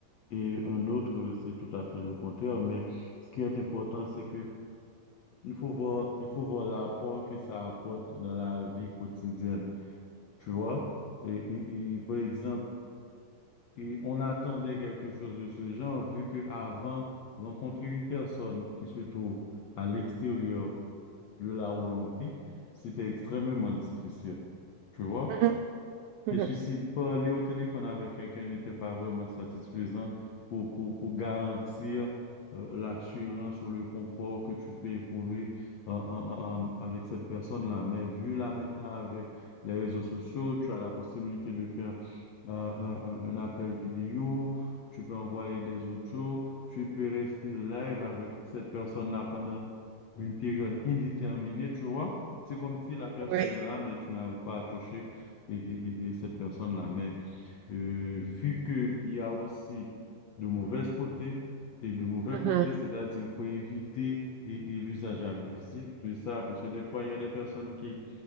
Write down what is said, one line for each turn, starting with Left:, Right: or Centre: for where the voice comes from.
Left: et un autre, c'est tout à fait le contraire. Mais ce qui est important, c'est que il faut voir, il faut voir l'apport que ça apporte dans la vie quotidienne. Tu vois? Et, et- et, par exemple, et on attendait quelque chose de ce genre, vu que avant, rencontrer une personne qui se trouve à l'extérieur de là où l'on vit, c'était extrêmement difficile. Tu vois?
Right: Mhm, mhm.
Left: Je suis si parler au téléphone avec quelqu'un n'était pas vraiment satisfaisant pour, pour, pour garantir euh, l'assurance ou le confort que tu peux éprouver euh, euh, euh, avec cette personne-là. Mais vu là maintenant avec les réseaux sociaux, tu as la possibilité de faire euh, un, un- un appel vidéo, tu peux envoyer des audios, tu peux rester live avec cette personne-là pendant une période indéterminée, tu vois. C'est comme si la personne
Right: Oui.
Left: est là, mais tu n'arrives pas à toucher et, et- et- et cette personne-là. Mais euh, vu qu'il y a aussi de mauvais côtés et de mauvais
Right: Mhm.
Left: côtés, c'est-à-dire il faut éviter et, et l'usage abusif de ça, parce que des fois, il y a des personnes qui,